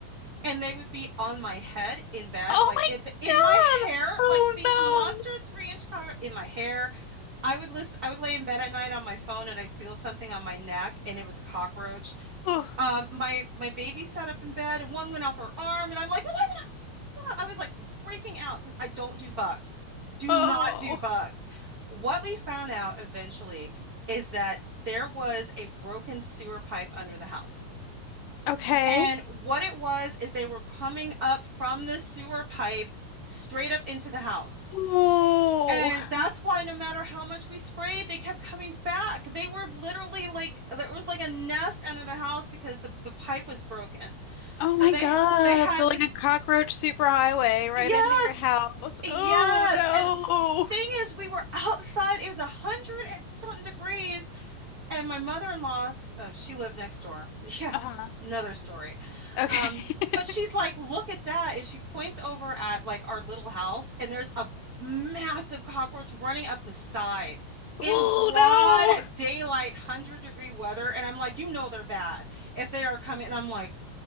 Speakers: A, on the right; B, on the left.
A: and they would be on my head in bed,
B: Oh
A: like
B: my
A: in, in
B: God.
A: my hair,
B: Oh
A: like these
B: no.
A: monster three inch cover in my hair. I would listen, I would lay in bed at night on my phone and I'd feel something on my neck and it was a cockroach.
B: Oh.
A: Um, my my baby sat up in bed and one went up her arm and I'm like, what I was like freaking out because I don't do bugs. Do
B: Oh.
A: not do bugs. What we found out eventually is that there was a broken sewer pipe under the house.
B: Okay.
A: And what it was is they were coming up from the sewer pipe straight up into the house.
B: Oh.
A: And that's why no matter how much we sprayed, they kept coming back. They were literally like there was like a nest under the house because the, the pipe was broken.
B: Oh
A: So
B: my
A: they
B: God.
A: they had
B: So
A: to
B: like a cockroach superhighway right
A: Yes.
B: into your house.
A: Yes.
B: Oh no.
A: And thing is, we were outside. It was a hundred and something degrees. And my mother-in-law, s- uh, she lived next door. <laughs> Yeah,
B: Uh-huh.
A: another story.
B: Okay.
A: Um, but
B: <laughs>
A: she's like, look at that. And she points over at like our little house, and there's a massive cockroach running up the side
B: Oh
A: in broad
B: no.
A: daylight, hundred degree weather. And I'm like, you know they're bad if they are coming. And I'm like,